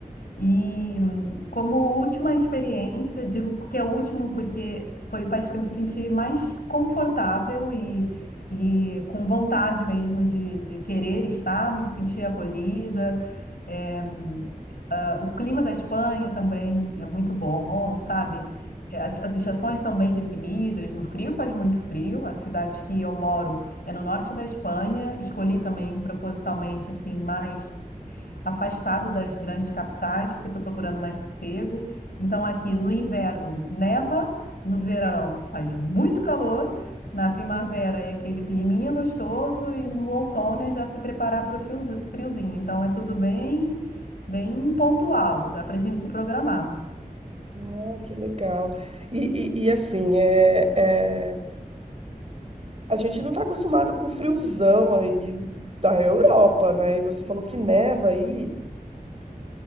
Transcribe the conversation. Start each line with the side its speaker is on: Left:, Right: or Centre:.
Left: E hum, como última experiência, digo que é o último porque foi o país que eu me senti mais confortável e, e com vontade mesmo de, de querer estar, me sentir acolhida. É, hum, ah, o clima da Espanha também é muito bom, sabe? É, As, as estações são bem definidas, no frio faz muito frio, a cidade que eu moro é no norte da Espanha, escolhi também propositalmente assim mais afastado das grandes capitais, porque estou procurando mais sossego. Então, aqui no inverno neva, no verão faz muito calor, na primavera é aquele climinha gostoso e no outono é já se preparar para o friozinho. Então, é tudo bem, bem pontual, dá para a gente se programar.
Right: Ah, que legal. E, e, e assim, é, é, A gente não tá acostumado com o friozão aí da Europa, né? E você falou que neva aí.